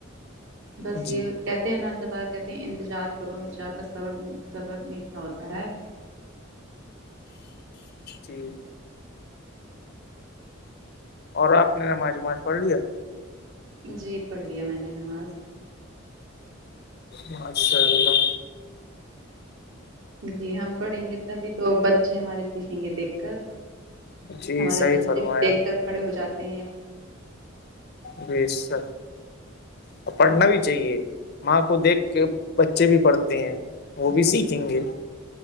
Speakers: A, on the right (about 75°); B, on the left (about 55°).
A: بس
B: جی
A: یہ کہتے ہیں ن اللہا کہتے ہیں انتظار کرو انتظار کا سبر میٹھا ہوتا ہے
B: جی اور آپ نے نمازماز پڑھ لیا
A: جی پڑھ لیا میں نے نماز
B: ماشاءاللہ
A: جی ہم پڑھیں گے تبھی تو بچے ہمارے سیکھیں گے دیکھ کر
B: جی
A: ہمارے
B: صحیح
A: بچے
B: فرمایا
A: دیکھ کر کھڑے ہو جاتے ہیں
B: بیس س اور پڑھنا بھی چاہیے ماں کو دیکھ کے بچے بھی پڑھتے ہیں
A: جی
B: وہ بھی سیکھیں گے